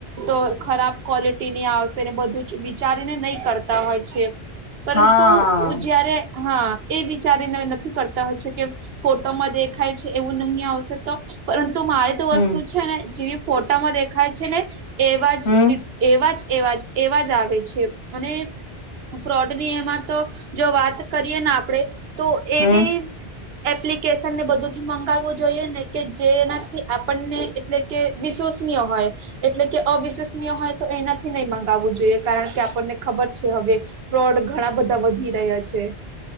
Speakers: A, on the right; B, on the left.
A: તો ખરાબ ક્વોલિટીની આવશે ને બધું જ વિચારીને નહી કરતા હોય છે. પરંતુ
B: હા
A: જયારે હા એ વિચારીને નથી કરતા હોય છે કે ફોટોમાં દેખાય છે એવું નહીં આવશે તો પરંતુ મારે વસ્તુ
B: હમ
A: છેને જેવી ફોટામાં દેખાય છેને એવા જ
B: હમ
A: ડી એવા જ એવા જ એવા જ આવે છે અને ફ્રોડની એમાં તો જો વાત કરીએને આપણેે તો એબી
B: હમ
A: એપ્લિકેશનને બધુંથી મંગાવવું જોઈએને કે જેનાથી આપણને એટલે કે વિશ હોય. એટલે કે અવિશ્વસનીય હોય તો એનાથી નય મગાવું જોઈએ. કારણ કે આપણને ખબર છે હવે ફ્રોડ ઘણા બધા વધી રહ્યા છે.